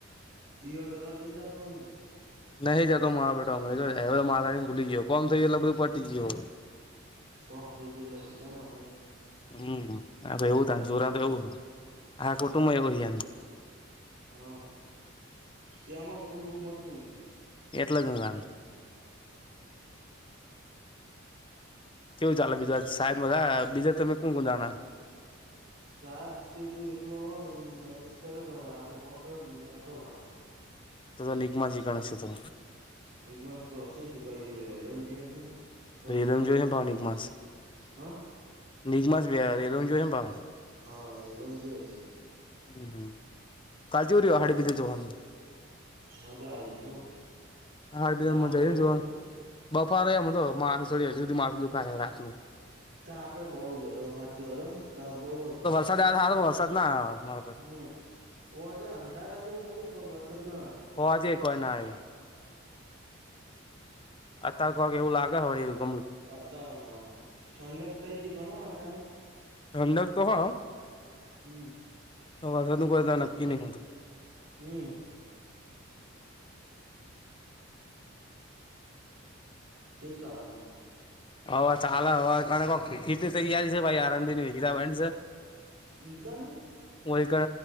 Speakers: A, on the right; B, on the left.
A: દીવા કરવા જ નઈ જતો હોયની.
B: નહી જાતો મારા બેટામે મહારાજીની ભૂલી ગયો કોમ સ લગભ પટી ગયો.
A: કોમ થઈ જે ભૂલાય માતાજી.
B: હમ્મ એવું ત સુરા તો એવું હો આ કુટુંબ એવું હો.
A: હા ત્યાંમાં તો દુઃખ મળતું નહ.
B: એટલે જું લ કેવું ચાલે બીજા સાહેબ મા બીજા તમે કોણ કોણ જાના.
A: સાહેબ કે તું એકલો હોય એ મેસેજ કરે દ રાતે ફોન કર દો મેં નતો ભાઈ.
B: ત તો નિગમા શ ગણ છે હતો.
A: મગમાંસ તો હશે ક એલ્બમ જે હશે. તો
B: રેલવેમ
A: તો હોય
B: જોઈ
A: કઈ
B: છે પાાવ નિક માસ
A: હા
B: નિક માસ બે રેલવેમ જોઈ છે પાાવ.
A: હા રેલવે મજી છે.
B: હમ્મ હમ્મ કાલચ ઉરી હાડી બીજે જવાનું.
A: મજા આ હો.
B: હાડ બી
A: તાપે
B: મમાં જઈ ને
A: બઉ
B: જો
A: હતો
B: બફારને તો માસું છડી હ સુી માસું દુખાય રાત ન.
A: તા આપે બઉુ જ હતો સાચ્યો હતો તા બહુ હતો.
B: આજ ના દાળો સારો વરસાદ ન આયો.
A: હમ્મ કોજે અંધારા એવું કર્યું પણ વરસાદ ના આયો.
B: હાજ કોઈ ના એ. અતાર કક એવું લાગે વળી ગમ
A: અતારમાં ઠંડક થઇ જ પણ હો અતાર
B: ઠંડક તો હ
A: હમ
B: તો વરસાદ નું કોઈ નક્કી નહી હોતું.
A: હમ્મ. કેવું ચાાલ તમારે?
B: હ ચાલે હવેક હીટ તૈયારી છે ભાઈ આરામબી હીરા બની છે.
A: ઈ કનું.
B: વછ